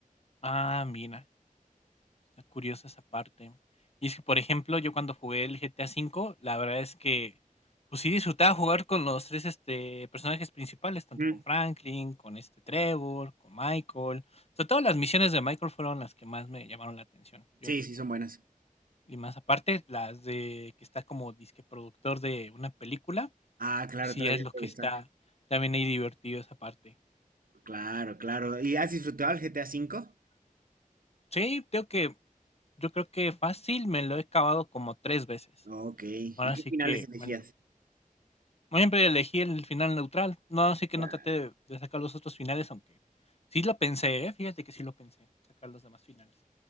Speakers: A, on the left; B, on the right.
A: Ah, mira. Está curiosa esa parte. Y es que, por ejemplo, yo cuando jugué el GTA V, la verdad es que, pues sí disfrutaba jugar con los tres este, personajes principales, tanto
B: Ujú.
A: con Franklin, con este Trevor, con Michael. Sobre todo las misiones de Michael fueron las que más me llamaron la atención, yo
B: Sí,
A: diría.
B: sí, son buenas.
A: Y más aparte, las de que está como disque productor de una película,
B: Ah, claro,
A: pues sí
B: todavía
A: es lo
B: puede
A: que está
B: estar.
A: también ahí divertido esa parte.
B: Claro, claro. ¿Y has disfrutado el GTA cinco
A: Sí, tengo que, yo creo que fácil me lo he acabado como tres veces.
B: Ok, ¿y
A: Ahora
B: qué
A: sí
B: finales
A: que
B: elegías?
A: me, Siempre elegí el final neutral. No, así que
B: Claro.
A: no traté de, de sacar los otros finales, aunque sí lo pensé, ¿eh? Fíjate que sí lo pensé, sacar los demás finales.